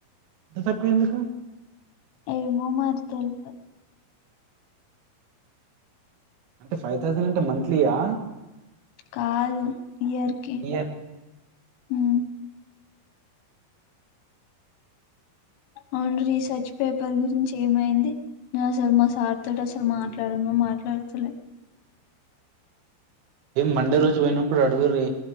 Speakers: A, on the right; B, on the left.
A: అంత తక్కువ ఎందుకు
B: ఏమో మరి తెల్వద్
A: అంటే ఫైవ్ థౌజండ్ అంటే మంత్లీయా
B: కాదు ఇయర్ కి
A: ఏ
B: ఉమ్ అవును రీసెర్చ్ పేపర్ గురించి ఏమైంది? నేను అసలు మా సార్ తోటి అసలు మాట్లాడను కూడా మాట్లాడతల్లే
A: మండే రోజు వొయినప్పుడు అడుగుర్రి